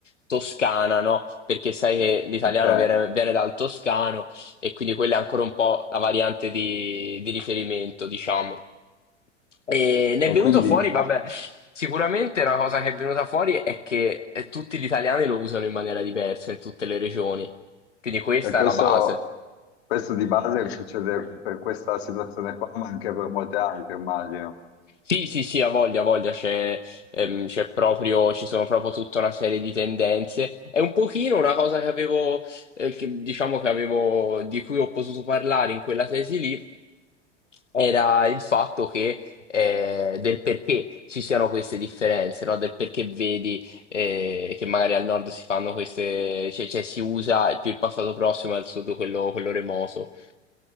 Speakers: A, on the left; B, on the left.
A: toscana, no? Perché sai che l'italiano
B: ok,
A: viene, viene dal toscano e quindi quella è ancora un po' la variante di di riferimento, diciamo. E ne
B: e
A: è venuto
B: quindi
A: fuori, vabbè,
B: ah,
A: sicuramente una cosa che è venuta fuori è che eh, tutti gli italiani lo usano in maniera diversa in tutte le regioni. Quindi questa
B: e questo,
A: è la base.
B: questo di base succede per questa situazione qua, ma anche per molte altre, immagino.
A: Sì, sì, sì, ha voglia, ha voglia, c'è ehm, c'è proprio, ci sono proprio tutta una serie di tendenze. È un pochino una cosa che avevo, eh, che, diciamo che avevo, di cui ho potuto parlare in quella tesi lì, era il fatto che, eh, del perché ci siano queste differenze, no? Del perché vedi, eh, che magari al nord si fanno queste, cioè, cioè si usa più il passato prossimo e al sud quello quello remoto.